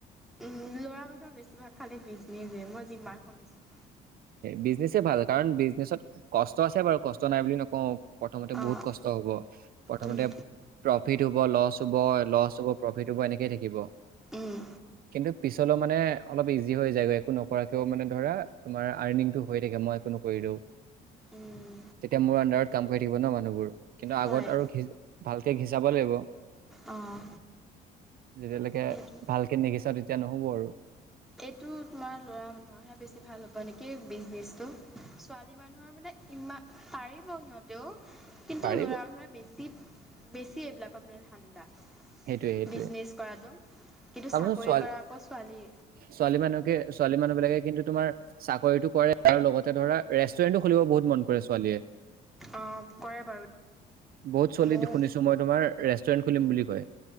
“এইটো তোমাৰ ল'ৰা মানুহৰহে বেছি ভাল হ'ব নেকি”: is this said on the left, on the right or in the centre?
Centre